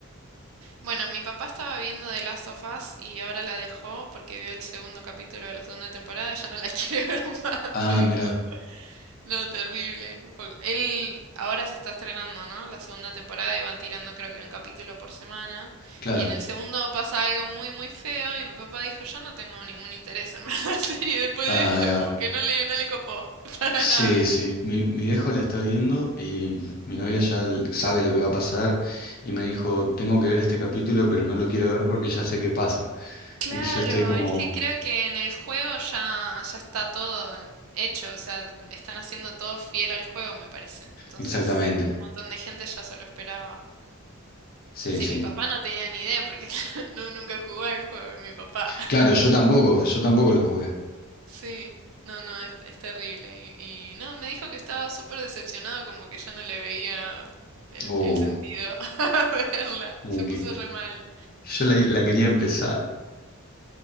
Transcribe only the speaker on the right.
Bueno, mi papá estaba viendo The Last of Us y ahora la dejó porque vio el segundo capítulo de la segunda temporada, ya no la <laughs> quiere ver más,
me dijo.
No, terrible. Fue- Él ahora se está estrenando, ¿no? La segunda temporada y van tirando creo que un capítulo por semana.
Y en el segundo pasa algo muy, muy feo y mi papá dijo, yo no tengo ningún interés en ver la <laughs> serie después de
esto,
como que no le, no le copó <laughs> para
nada.
Claro,
es que creo que en el juego ya, ya está todo hecho, o sea, están haciendo todo fiel al juego, me parece. Entonces,
un montón de gente ya se lo esperaba.
Sí,
mi papá no tenía ni idea porque <laughs> no, nunca jugó al juego, mi papá.
Sí, no, no, es, es terrible. Y, y no, me dijo que estaba súper decepcionado, como que ya no le veía el,
el sentido <laughs> a verla.
Se
puso re mal.